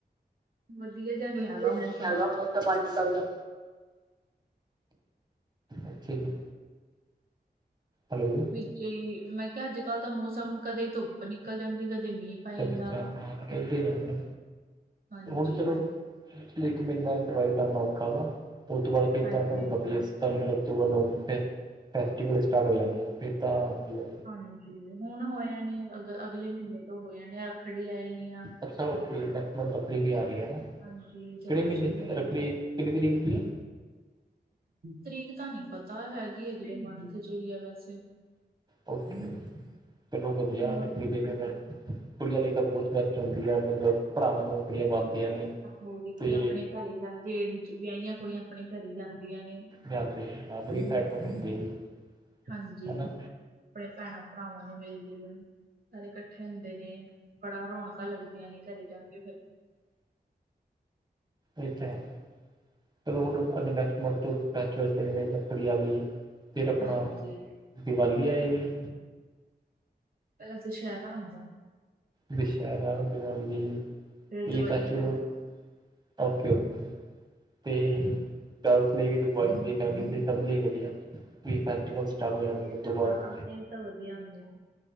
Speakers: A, on the right; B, on the right.
A: ਵਧੀਆ ਜਿਹਾ ਨਹੀਂ
B: ਵਧੀਆ
A: ਹੈਗਾ
B: ਜਿਹਾ
A: ਮੌਸ
B: ਨਹੀਂ ਹੈਗਾ ਮੌੋਸਮ ਅੱਜ ਕੱਲ ਦਾ। ਅੱਛੇ ਨੇ। ਹੈਲੋ।
A: ਵਿੱਚ ਹੀ ਮੈਂ ਕਿਹਾ ਅੱਜ ਕੱਲ੍ਹ ਤਾਂ ਮੌਸਮ ਕਦੇ ਧੁੱਪ ਨਿਕਲ ਜਾਂਦੀ ਕਦੇ ਮੀਂਹ ਪੈ ਜਾਂਦਾ
B: ਅਛਾ
A: ਵਾ
B: ਹਾਂ ਏਦਾਂ ਹੀ ਰਹਿ
A: ਹਾਂਜੀ
B: ਹੁਣ ਚਲੋ ਇੱਕ ਮਹੀਨਾ ਸਰਵਾਈਵ ਕਰਨਾ ਔਖਾ ਵਾ ਉਹ ਤੋਂ ਬਾਅਦ ਫੇਰ
A: ਹਾਂਜੀ
B: ਤਾਂ ਤੁਹਾਨੂੰ ਪਤਾ ਹੀ ਹੈ ਸਤੰਬਰ ਅਕਤੂਬਰ ਨਵੰਬਰ ਫੈਸਟੀਵਲ ਸਟਾਰਟ ਹੋ ਜਾਣੇ ਆ ਫਿਰ ਤਾਂ ਮਤਲਬ
A: ਹਾਂਜੀ ਹੁਣ ਹੋ ਜਾਣੇ ਨੇ ਅਗ ਅਗਲੇ ਮਹੀਨੇ ਤੋਂ ਹੋ ਜਾਣੇ ਆ ਰੱਖੜੀ ਆ ਜਾਣੀ ਆ।
B: ਅੱਛਾ ਓਕੇੈ, ਮਲਬ ਰੱਖੜੀ ਵੀ ਆ ਰਹੀ ਹੈ ਨਾ।
A: ਹਾਂਜੀ ਜਨਮਸ਼ਟਮੀ
B: ਕਿਹੜੇ ਮਹੀਨੇ
A: ਆ
B: ਰੱਖੜੀ
A: ਜਾਣੀ
B: ਕਿੰਨੀ ਤਰੀਕ ਦੀ ਹੈ।
A: ਤਰੀਕ ਤਾਂ ਨਹੀਂ ਪਤਾ, ਹੈਗੀ ਅਗਲੇ ਮੰਥ ਚ ਹੀ ਹੈ ਵੈਸੇ।
B: ਚਲੋ ਵਧੀਆ
A: ਤਰੀਕ
B: ਰੱਖੀ ਦੇ ਫ ਫ <unintelligible> ਕੁੜੀਆਂ ਲਈ ਤਾਂ ਬਹੁਤ ਬੈਸਟ ਹੁੰਦੀ ਹੈ ਮਤਲਬ ਭਰਾਵਾਂ ਨੂੰ ਰੱਖੜੀ ਬਣਦੀਆਂ ਨੇ
A: ਹੋਰ
B: ਤੇ
A: ਕੀ ਆਪਣੇ ਘਰੇ ਜਾਂਦੇ ਵਿਆਹੀਆਂ ਕੁੜੀਆਂ ਆਪਣੇ ਘਰੇ ਜਾਂਦੀਆਂ ਨੇ
B: ਜਾ ਕੇ ਬੜੀ ਖੈਮ ਹੁੰਦੀ ਜੀ <unintelligible>
A: ਹਾਂਜੀ,
B: ਹਨਾ
A: ਆਪਣੇ ਭੈਣਾਂ ਭਰਾਵਾਂ ਨੂੰ ਮਿਲਦੀ ਹੈ। ਸਾਰੇ ਇਕੱਠੇ ਹੁੰਦੇ ਨੇ ਬੜਾ ਰੌਣਕਾਂ ਲੱਗਦੀਆਂ ਨੇ ਘਰੇ ਜਾ ਕੇ ਫਿਰ।
B: ਇਹ ਤਾ ਹੈ। ਚਲੋ ਹੁਣ ਅੱ ਨੈਕਸਟ ਮੰਥ ਤੋ ਫੈਸਟੀਵਲ ਤੇ ਰਖੜੀ ਆ ਗਈ। ਫਿਰ ਆਪਣਾ
A: ਹਾਂਜੀ
B: ਦੀਵਾਲੀ ਆਏਗੀ।
A: ਪਹਿਲਾਂ ਦੁਸਹਿਰਾ ਹੁੰਦਾ।
B: ਦੁਸਹਿਰਾ ਦਿਵਾਲੀ
A: ਫਿਰ ਦੀਵਾਲੀ
B: ਇਹ ਫੈਸਟੀਵਲ
A: ਆਉਂਦੀ
B: ਹ ਓਕੇ ਓਕੇ ਤੇ ਗੱਲ ਵੀ ਬ ਫੈਮ ਲਈ ਸਭ ਲਈ ਵਧੀਆ ਵੀ ਫੈਸਵਲ ਸਟਾਰਟ ਹੋ ਜਾਣਾ
A: ਇਹ ਤਾਂ
B: ਤੋਂ ਬਾਅਦ
A: ਸਾਰਾ ਇਹ ਤਾਂ ਵਧੀਆ ਹੁੰਦੇ ਆ।